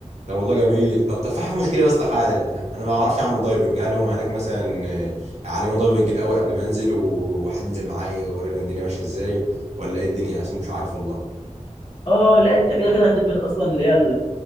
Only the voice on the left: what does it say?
اه لا انت كده كده هتلبس اصلا اللي هي